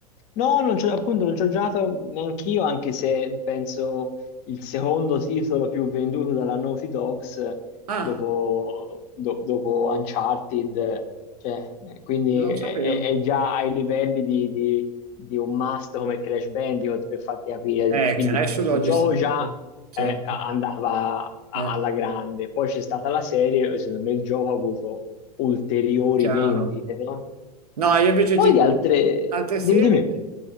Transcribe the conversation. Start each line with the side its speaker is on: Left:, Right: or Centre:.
Left: No, non c'ho, appunto non ci ho giocato neanch'io, anche se penso il secondo titolo più venduto dalla Naughty Dogs
Right: Ah,
Left: dopo, do- dopo Uncharted, cioè, eh, quindi
Right: non
Left: è,
Right: lo sapevo.
Left: è- è già ai livelli di, di- di un must come Crash Bandicoot per farti capire.
Right: Eh,
Left: Quindi
Right: Crash l'ho
Left: il
Right: distrutto,
Left: gioco già
Right: certo.
Left: eh, a- andava a-
Right: Eh,
Left: alla grande, poi c'è stata la serie e secondo me il gioco ha avuto ulteriori
Right: chiaro.
Left: vendite, no?
Right: No, io invece
Left: Poi
Right: ti dico
Left: di altre...
Right: altre
Left: Dimmi,
Right: serie.
Left: dimmi.